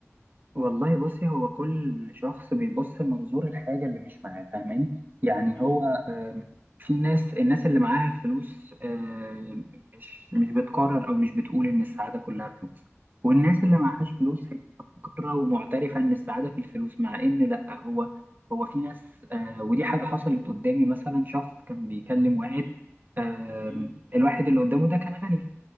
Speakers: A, on the right; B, on the left.
A: والله بصي هو كل شخص بيبص منظور الحاجة اللي مش معاه فاهماني يعني
B: مهم.
A: هو آم، في ناس الناس اللي معاها فلوس آم، مش مش بتقرر أو مش بتقول إن السعادة كلها فلوس والناس اللي معهاش فلوس هي مقرة ومعترفة إن السعادة في الفلوس مع إن لأ هو هو في ناس آه، ودي حاجة حصلت قدامي مثلا شخص كان بيكلم واحد
B: مهم.
A: آم،
B: مهم.
A: الواحد اللي قدامه ده كان غني